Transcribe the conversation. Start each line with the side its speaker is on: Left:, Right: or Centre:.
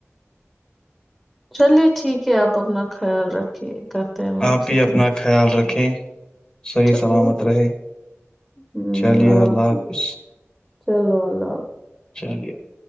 Centre: چلیے ٹھیک ہے آپ اپنا خیال رکھیے کرتے ہیں ہم
Left: آپ بھی
Centre: سے
Left: اپنا
Centre: پھر
Left: خیال رکھیں صحیح
Centre: چلو
Left: سلامت رہے
Centre: ہمم
Left: چلیے
Centre: آپ
Left: اللہ
Centre: بھی
Left: حافظ
Centre: چلو اللہ
Left: چلیے ال